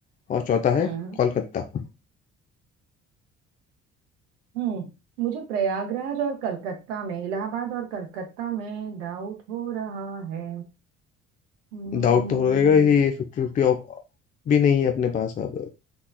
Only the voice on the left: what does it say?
और चौथा है
कोलकाता
डाउट तो होएगा ही फिफ्टी फिफ्टी भी नहीं है अपने पास अब